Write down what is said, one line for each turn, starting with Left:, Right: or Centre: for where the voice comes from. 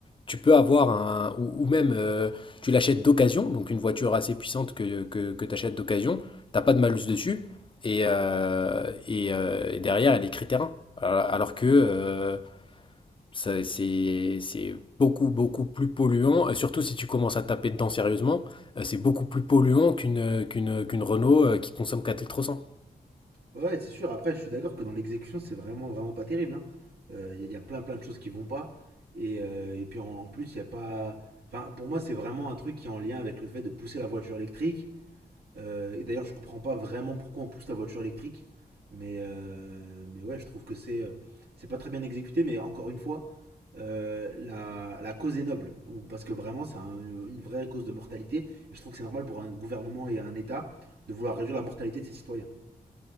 Left: tu peux avoir un, ou, ou même euh, tu l'achètes d'occasion, donc une voiture assez puissante que, que, que tu achètes d'occasion, t'as pas de malus dessus, et, euh, et, euh, et derrière, elle est critère Alors alors que euh, ça- c'est c'est beaucoup, beaucoup plus polluant, et surtout si tu commences à taper dedans sérieusement, euh, c'est beaucoup plus polluant qu'une euh, qu'une qu'une Renault euh, qui consomme 4 litres au 100.
Right: Ouais, c'est sûr. Après, je suis d'accord que dans l'exécution, c'est vraiment, vraiment pas terrible. hein. Euh, Il y, a- il y a plein, plein de choses qui vont pas. Et, euh, et puis en, en plus, il n'y a pas. Enfin, pour moi, c'est vraiment un truc qui est en lien avec le fait de pousser la voiture électrique. Euh, et d'ailleurs, je comprends pas vraiment pourquoi on pousse la voiture électrique. Mais, euh, mais ouais, je trouve que c'est euh, c'est pas très bien exécuté. Mais encore une fois, euh, la, la cause est noble. Ou- Parce que vraiment, c'est un- une vraie cause de mortalité. Et je trouve que c'est normal pour un gouvernement et un État de vouloir réduire la mortalité de ses citoyens.